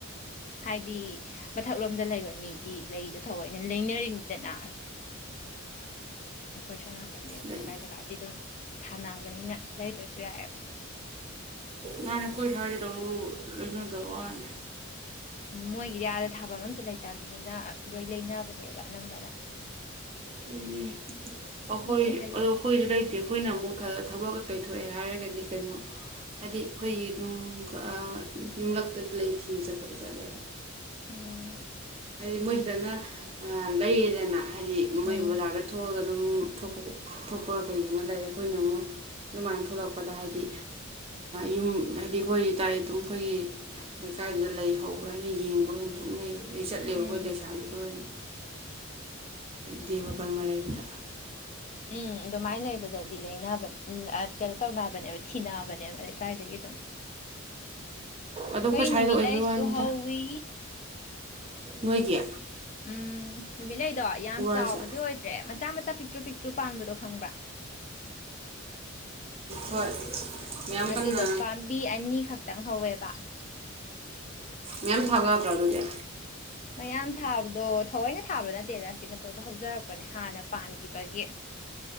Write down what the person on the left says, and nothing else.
ꯍꯥꯏꯗꯤ ꯃꯊꯛꯂꯣꯝꯗ ꯂꯩꯕ ꯃꯤꯗꯤ ꯂꯩꯗꯣ ꯊꯑꯣꯏꯅ ꯂꯩꯅꯔꯤꯅꯤꯗꯅ ꯑꯩꯈꯣꯏ ꯁꯣꯝ ꯅꯥꯀꯟꯗꯤ ꯑꯩꯈꯣꯏ
ꯁ꯭ꯋꯥꯏ ꯖꯒꯥꯗꯤ ꯑꯗꯨꯝ ꯊꯥꯅꯕꯅꯤꯅ ꯂꯩꯗ꯭ꯔꯁꯨ ꯌꯥꯏꯌꯦꯕ
ꯃꯣꯏꯒꯤꯗꯤ ꯑꯥꯗ ꯊꯥꯕꯝ ꯑꯝꯇ ꯂꯩꯇꯕꯅꯤꯅ ꯂꯣꯏ ꯂꯩꯅꯕꯅꯦꯕ ꯑꯅꯝꯕꯅ
ꯁꯤ
ꯂꯩ
ꯎꯝ
ꯎꯝ
ꯎꯝ
ꯎꯝ ꯑꯗꯨꯃꯥꯏꯅ ꯂꯩꯕꯗꯗꯤ ꯂꯩꯅꯕꯅꯦ ꯀꯩꯅꯣ ꯇꯧꯅꯕꯅꯦꯕ ꯊꯤꯅꯕꯅꯦꯕ ꯀꯥꯏꯗꯒꯤꯅꯣ
ꯀꯣꯏꯅ
ꯃꯤꯂꯥꯏꯁꯨꯨ
ꯍꯥꯎ ꯏ
ꯎꯝ ꯅꯨꯃꯤꯠꯂꯩꯗꯣ ꯌꯥꯝ ꯆꯥꯎꯕꯗꯤ
ꯑꯣꯏꯗ꯭ꯔꯦ ꯃꯆꯥ ꯃꯆꯥ ꯃꯆꯥ ꯄꯤꯛꯇ꯭ꯔꯨ ꯄꯤꯛꯇ꯭ꯔꯨ ꯄꯥꯟꯕꯗꯣ ꯈꯪꯕ꯭ꯔꯥ
ꯑꯗꯨꯗꯣ
ꯄꯥꯝꯕꯤ ꯑꯅꯤ ꯈꯛꯇꯪ ꯍꯧꯋꯦꯕ ꯇꯥꯛ
ꯃꯌꯥꯝ ꯊꯥꯕꯗꯣ ꯊꯑꯣꯏꯅ ꯊꯥꯕ ꯅꯠꯇꯦꯗ ꯁꯤ ꯃꯇꯣꯗ ꯍꯧꯖꯔꯛꯄꯅꯦ ꯍꯥꯟꯅ ꯄꯥꯟꯈꯤꯕꯒꯤ